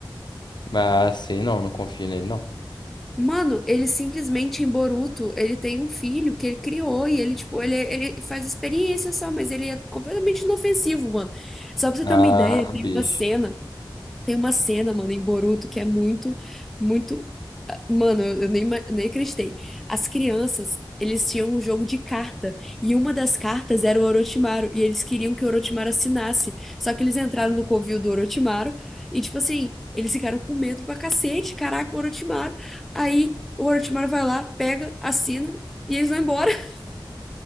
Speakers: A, on the left; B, in the centre.
A: mas assim, não, não confio nele, não.
B: Mano, ele simplesmente em Boruto, ele tem um filho que ele criou e ele, tipo, ele, é, ele faz experiência só, mas ele é completamente inofensivo, mano. Só pra você
A: Ah,
B: ter uma ideia, tem
A: bicho.
B: uma cena. Tem uma cena, mano, em Boruto que é muito, muito. Mano, eu, eu nem, ima- nem acreditei. As crianças, eles tinham um jogo de carta. E uma das cartas era o Orochimaru. E eles queriam que o Orochimaru assinasse. Só que eles entraram no covil do Orochimaru. E, tipo assim, eles ficaram com medo pra cacete. Caraca, o Orochimaru. Aí o Orochimaru vai lá, pega, assina. E eles vão embora. <laughs>